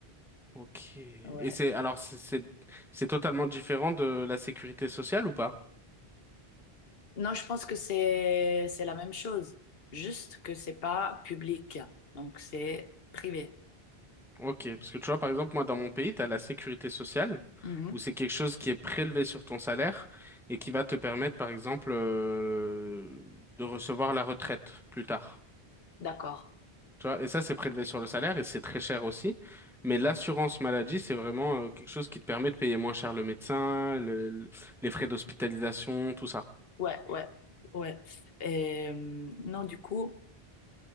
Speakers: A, in the centre; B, on the left.
A: Ok. Et
B: ouais.
A: c'est alors c'est c'est c'est totalement différent de la sécurité sociale ou pas?
B: Non, je pense que c'est c'est la même chose, juste que c'est pas public, donc c'est privé.
A: Ok, parce que tu vois, par exemple, moi, dans mon pays, tu as la sécurité sociale,
B: Mhm.
A: où c'est quelque chose qui est prélevé sur ton salaire et qui va te permettre, par exemple, euh, de recevoir la retraite plus tard.
B: D'accord.
A: Tu vois, et ça, c'est prélevé sur le salaire et c'est très cher aussi. Mais l'assurance maladie, c'est vraiment euh, quelque chose qui te permet de payer moins cher le médecin, le- le- les frais d'hospitalisation, tout ça.
B: Ouais, ouais, ouais. Et, euh, non, du coup,